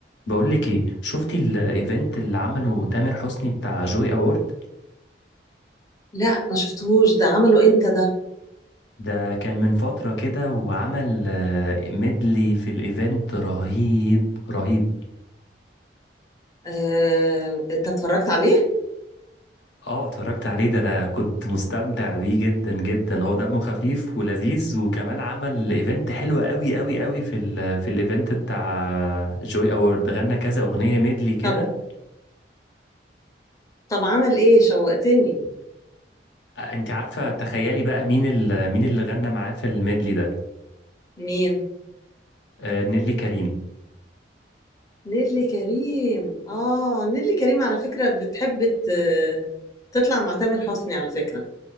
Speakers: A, on the left (about 80°); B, on the left (about 20°).
A: بقول لك ايه شفتي الايفنت اللي عمله تامر حسني بتاع جوي اوورد
B: لا ما شفتهوش ده عمله امتى ده
A: ده كان من فترة كده وعمل آه، ميدلي في الايفنت رهيب رهيب
B: آه، انت اتفرجت عليه
A: اه اتفرجت عليه ده انا كنت مستمتع بيه جدا جدا هو دمه خفيف ولذيذ وكمان عمل ايفنت حلو قوي قوي قوي في ال في الايفنت بتاع جوي اوورد غنى كذا اغنية ميدلي كده
B: طب طب عمل ايه شوقتني
A: آه، انت عارفة تخيلي بقى مين ال- مين اللي غنى معاه في الميدلي ده
B: مين
A: آه، نيلي كريم
B: نيلي كريم اه نيلي كريم على فكرة بتحب ت- تطلع مع تامر حسني على فكرة